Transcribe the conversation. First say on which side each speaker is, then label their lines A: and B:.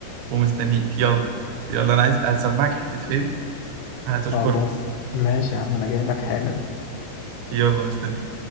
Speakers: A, on the right; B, on the left.
A: ومستنيك يلا يلا أنا عايز أسمعك حتة فيلم هتشكرني
B: خلاص ماشي يا عم انا جاي لك حالا
A: يلا مستنيك